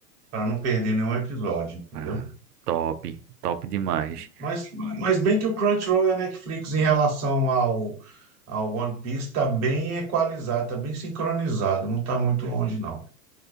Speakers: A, on the right; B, on the right.
A: pra não perder nenhum episódio, entendeu?
B: Ah, top, top demais.
A: Mas, mas bem que o Crunchyroll e a Netflix em relação ao, ao One Piece tá bem equalizado, tá bem sincronizado, não tá muito longe, não.